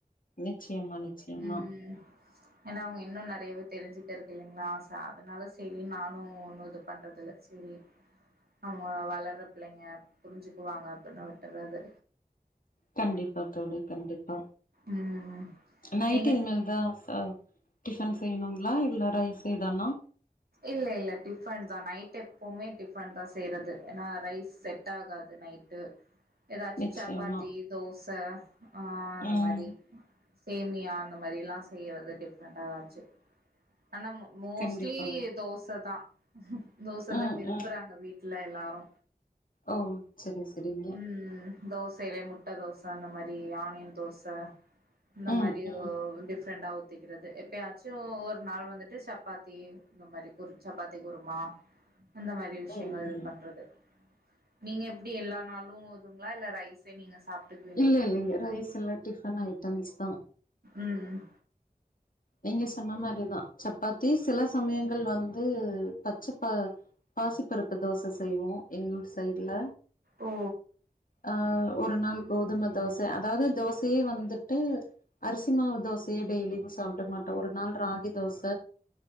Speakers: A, on the left (about 60°); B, on the right (about 80°).
A: நிச்சயமா நிச்சயமா
B: ம் ஏன்னா அவங்க இன்னோ நெறையவே தெரிஞ்சுக்கறது இல்லிங்ளா‌சோ அதனால செரி நானு ஒன்னும் இது பண்றதுல்ல செரி அவங்க வளர்ற பிள்ளைங்க புரிஞ்சுக்குவாங்க அப்டின்னு விட்டுறது
A: கண்டிப்பா தோழி கண்டிப்பா
B: ம்
A: நைட்டு
B: நீங்க
A: இனிமேல் தா சா டிஃபன் செய்யணுங்ளா இல்ல ரைஸே தானா
B: இல்ல இல்ல டிஃபன் தா நைட் எப்பமே டிஃபன் தா செய்றது ஏன்னா ரைஸ் செட் ஆகாது நைட் டு எதாச்சி
A: நிச்சயமா
B: சப்பாத்தி தோச ஆ அந்த
A: ம்
B: மாறி சேமியா அந்த மாறில்லா செய்யறது டிஃப்ரெண்டா எதாச்சு ஆனா மோஸ்ட்லி
A: கண்டிப்பாங்க
B: தோச தா தோச
A: ம்
B: தா விரும்புறாங்க
A: ம்
B: வீட்ல எல்லாரு
A: ஓ செரி செரிங்க
B: ம் தோசைலயே முட்ட தோச அந்த மாறி ஆனியன் தோச இந்த
A: ம்
B: மாறி
A: ம்
B: ஓ‌ டிஃப்ரெண்ட்டா ஊத்திக்கிறது எப்பயாச்சோ ஒரு நாள் வந்துட்டு சப்பாத்தி இந்த மாறி ஒரு சப்பாத்தி குருமா இந்த மாறி விஷயங்கள்
A: ம் ம்
B: பண்றது நீங்க எப்டி எல்லா நாளும் துங்ளா இல்ல ரைஸே நீங்க சாப்ட்டுக்கு
A: இல்ல இல்லங்க ரைஸ் இல்ல டிஃபன் ஐட்டம்ஸ் தா
B: ம் ம்
A: நீங்க சொன்ன மாறிதா சப்பாத்தி சில சமயங்கள் வந்து பச்சப்ப பாசிப்பருப்பு தோச செய்வோ எங்க ஊர் சைட்ல
B: ஓ
A: ஆ ஒரு நாள் கோதும தோச அதாவ்து தோசயே வந்துட்டு அரிசி மாவு தோசையே டெய்லியும் சாப் ட மாட்டோ ஒரு நாள் ராகி தோச